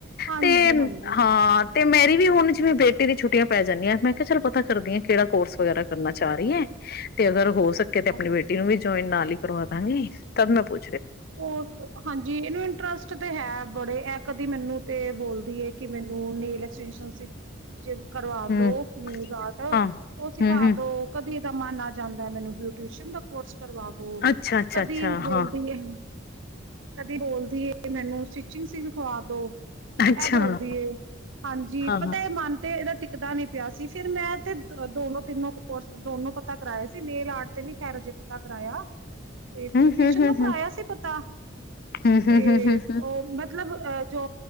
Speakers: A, on the right; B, on the left.
A: ਹਾਂਜੀ-ਹਾਂਜੀ।
B: ਤੇ ਹਾਂ। ਤੇ ਮੇਰੀ ਵੀ ਹੁਣ ਜਿਵੇਂ ਬੇਟੀ ਦੀ ਛੁੱਟੀਆਂ ਪੈ ਜਾਂਦੀਆਂ ਮੈਂ ਕਿਹਾ ਚੱਲ ਪਤਾ ਕਰਦੀ ਹਾਂ, ਕਿਹੜਾ ਕੋਰਸ ਵਗੈਰਾ ਕਰਨਾ ਚਾ ਰਹੀ ਹੈ ਤੇ ਅਗਰ ਹੋ ਸਕੇ ਤੇ ਆਪਣੀ
A: ਅੱਛਾ-ਅੱਛਾ,
B: ਬੇਟੀ ਨੂੰ ਵੀ ਜੁਆਇਨ ਨਾਲ ਈ। ਕਰਵਾਦਾਂਗੇ ਤਦ ਮੈਂ ਪੁੱ
A: ਸਪੋਰਟ ਹਾਂਜੀ ਇਹਨੂੰ ਇੰਟਰਸਟ ਤੇ ਹੈ ਬੜੇ ਐ ਕਦੀ ਮੈਨੂੰ ਤੇ ਬੋਲਦੀ ਹੈ ਕਿ ਮੈਨੂੰ ਨੇਲ ਐਕਟੈਂਸਨ ਜੇ ਕਰਵਾ
B: ਹੂੰ
A: ਦੋ ਨੇਲਜ ਆਟ
B: ਹਾਂ
A: ਉਹ ਸਿਖਾ
B: ਹੂੰ ਹੂੰ
A: ਦੋ ਕਦੇ ਦਾ ਮਨ ਆ ਜਾਂਦਾ ਹੈ ਮੈਨੂੰ ਬਿਊਟੀਸ਼ਨ ਦਾ ਕੋਰਸ ਕਰਵਾ ਦੋ
B: ਅੱਛਾ ਅੱਛਾ
A: ਕਦੀ
B: ਅੱਛਾ
A: ਬੋਲਦੀ
B: ਹਾਂ
A: ਹੈ ਕਦੀ ਬੋਲਦੀ ਐ ਮੈਨੂੰ ਸਟੀਚਿੰਗ ਚ ਹੀ ਰਖਵਾ ਦੋ
B: ਅੱਛਾ
A: <unintelligible>
B: ਹਾਂ ਹਾਂ
A: ਟਿਕਦਾ ਨੀ ਪਿਆ ਸੀ ਫਿਰ ਮੈਂ ਤੇ ਦੋਨੋ-ਤਿੰਨੋ ਕੋਰਸ ਦੋਨੋਂ ਪਤਾ ਕਰਾਏ ਸੀ, ਨੇਲ ਆਰਟ ਤੇ ਨੀ ਖੈਰ ਹਜੇ ਪਤਾ ਕਰਵਾਇਆ। ਇਹ
B: ਹੂੰ
A: ਬਿਟਿਊਸ਼ਨ
B: ਹੂੰ ਹੂੰ
A: ਦਾ
B: ਹੂੰ
A: ਕਰਾਇਆ ਸੀ ਪਤਾ। ਤਾਂ
B: ਹੂੰ ਹੂੰ
A: ਤੇ
B: ਹੂੰ ਹੂੰ
A: ਉਹ ਮਤਲਬ ਆ ਜੋ